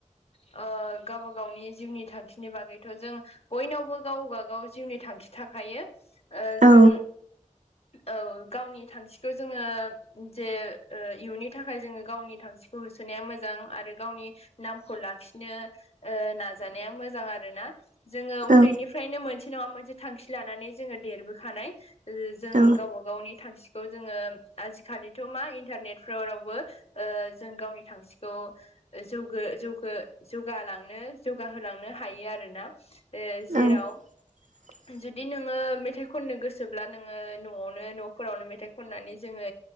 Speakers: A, on the left; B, on the right.
A: अ गावबा गावनि जिउनि थांखिनि बागैथ' जों बयनावबो गावबा गाव जिउनि थांखि थाखायो। ओ
B: औ
A: जों औ गावनि थांखिखौ जोङो जे ओ इयुननि थाखाय जोङो गावनि थांखिखौ होसोनाया मोजां। आरो गावनि नामखौ लाखिनो ओ नाजानाया मोजां आरो ना जोङो उन्दैनि
B: औ
A: फ्रायनो मोनसे नङा मोनसे थांखि लानानै जोङो देरबोखानाय। ओओजों
B: औ
A: गावबा गावनि थांखिखौ जोङो आजिखालिथ' मा इन्टारनेटफोराव रावबो ओ जों गावनि थांखिखौ जौगो जौगो जौगालांनो जौगाहोलांनो हायो आरो ना। ए जेराव
B: औ <inaudible>
A: जुदि नोङो मेथाइ खननो गोसोब्ला नोङो न'आवनो न'फोरावनो मेथाइ खननानै जोङो